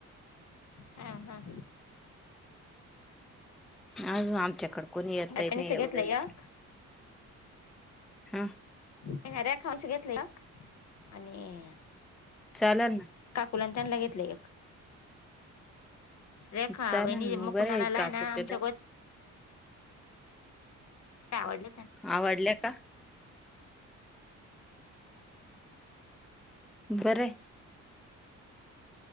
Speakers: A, on the left; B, in the centre.
A: हा हा
B: अजून आमच्याकड कोणी येतही
A: नरकणीचं
B: नाही एवढेल
A: घेतलं एक
B: हा
A: नाही रेखच घेतले आणि
B: चाला ना
A: मुंलंनत्यानला घेतली एक रेखा
B: चालेल
A: वणी
B: ना मग
A: मुकुनाला
B: बरं काकू
A: आहे ना आमच्या
B: तुला
A: आवडल्या
B: आवडल्या का बरं.